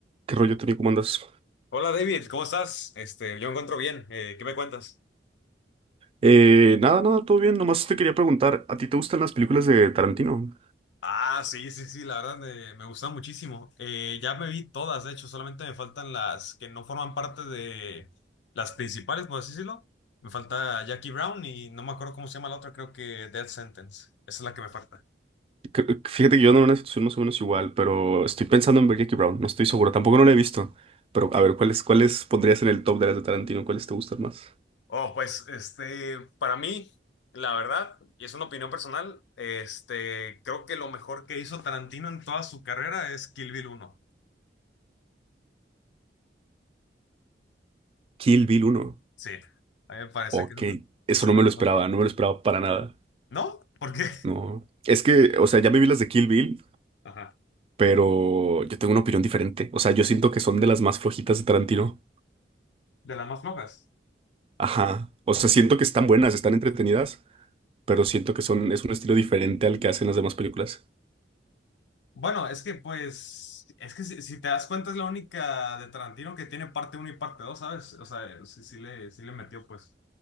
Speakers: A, on the right (about 30°); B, on the left (about 85°).
A: ¿Qué rollo, Tony? ¿Cómo andas?
B: Hola David, ¿cómo estás? Este, yo me encuentro bien. Eh, ¿qué me cuentas?
A: Eh, nada, nada, todo bien. Nomás te quería preguntar, ¿a ti te gustan las películas de Tarantino?
B: Ah, sí, sí, sí, la verdad me, me gusta muchísimo. Eh, ya me vi todas, de hecho, solamente me faltan las que no forman parte de las principales, por así decirlo. Me falta Jackie Brown y no me acuerdo cómo se llama la otra, creo que Death Sentence. Esa es la que me falta.
A: Cre- Fíjate que yo ando en una situación más o menos igual, pero estoy pensando en ver Jackie Brown. No estoy seguro, tampoco no la he visto. Pero
B: Bien.
A: a ver, ¿cuáles, cuáles pondrías en el top de las de Tarantino? ¿Cuáles te gustan más?
B: Oh, pues, este, para mí, la verdad, y es una opinión personal, este, creo que lo mejor Que hizo Tarantino en toda su carrera es Kill Bill uno.
A: Kill Bill uno.
B: Sí, a mí me parece
A: Ok,
B: que es
A: eso
B: esa
A: no
B: es la
A: me
B: mejor
A: lo esperaba,
B: para mí.
A: no me lo esperaba para nada.
B: ¿No? ¿Por qué?
A: No, es que, o sea, ya me vi las de Kill Bill,
B: Ajá.
A: pero yo tengo una opinión diferente. O sea, yo siento que son de las más flojitas de Tarantino.
B: De las más flojas.
A: Ajá, o sea, siento que están buenas, están entretenidas. pero siento que son, es un estilo diferente al que hacen las demás películas.
B: Bueno, es que pues, es que si, si te das cuenta es la única de Tarantino que tiene parte uno y parte dos ¿sabes? O sea, sí, sí le, sí le metió pues.